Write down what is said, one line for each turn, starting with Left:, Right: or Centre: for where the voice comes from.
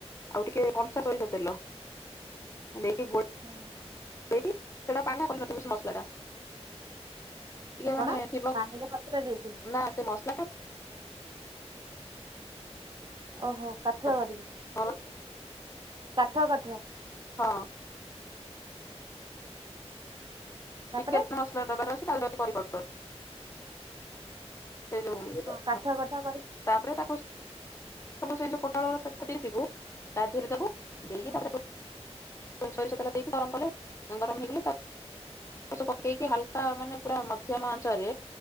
Left: ଆଉ ଟିକେ କଞ୍ଚା ସୋରିଷ ତେଲ ଦେଇକି ଗୋଳ
Right: ହଁ।
Left: ଦେଇକି ସେଟା ପାନିଆ କରିନଥିବୁ ସେ ମସଲାଟା ଟିକେ ମାନେ
Right: କଣ
Left: ଥିବ
Right: ପାଣିରେ ବତୁରେଇ ଦେଇଥିବି
Left: ନା ସେ ମସ
Right: ଓହୋ କାଠୁଆ କରିବି
Left: <unintelligible>
Right: କାଠୁଆ କାଠୁଆ
Left: ହଁ।
Right: ତାପରେ
Left: ଚିକେନ୍ ମସଲା ଡବାର ଅଛି <unintelligible> ସେଇ ଯଉ ହଁ
Right: କାଠ କାଠ କରିକି
Left: ତାପରେ ତାକୁ <unintelligible>
Right: ହୁଁ
Left: ସରିଷତେଲ ଦେଇକି ଗରମ କଲେ ଗରମ ହେଇଗଲେ ତା ସ ପକେଇକି ହାଲକା ମାନେ ପୁରା ମଧ୍ୟମ ଆଞ୍ଚରେ